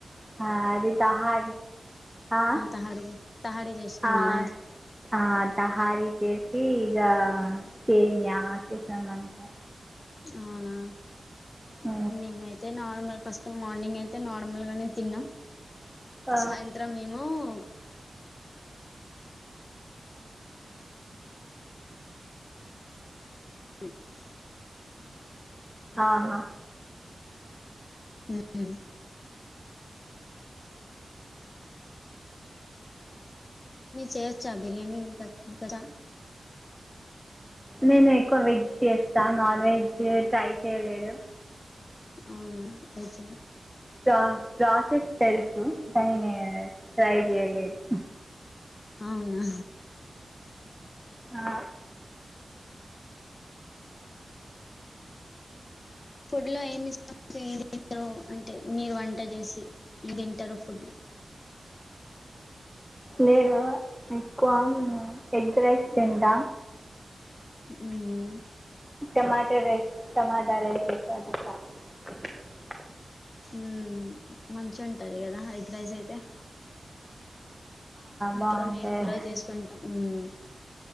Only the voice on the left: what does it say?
తహాడి తహాడి చేసుకున్నాడా
అవునా
మేమైతే నార్మల్ ఫస్ట్ మార్నింగ్ అయితే నార్మల్ గానే తిన్నాం
సాయంత్రం ఏమో <unintelligible> <unintelligible>
<unintelligible> మీరు చేయొచ్చా బిర్యానీ మీకు వచ్చా
అవున వెజ్ ఆ
అవునా
ఫుడ్ లో ఏమి మిస్ వేయండి ారు అంటే మీరు వంట చేసి ఏం తింటారు ఫుడ్లు
ఉమ్
ఉమ్ మంచి ఉంటది కదా ఎగ్ రైస్ అయితే అప్పుడు
మేము కూడా చేసుకుంటాం ఉమ్